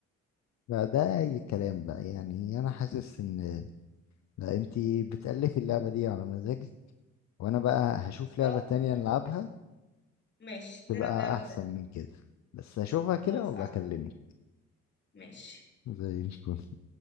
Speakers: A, on the left; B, on the left.
A: بقى ده اي كلام بقى يعني انا حاسس ان لا انتي بتألفي اللعبة دي على مزاجك وانا بقى هشوف
B: خلاص
A: لعبة تانية
B: مش
A: نلعبها
B: ممكن ماشي
A: تبقى
B: نلعب لعبة
A: احسن
B: تانية
A: من كده بس اشوفها كده
B: موافقة
A: وبكلمك
B: ماشي
A: زي الفل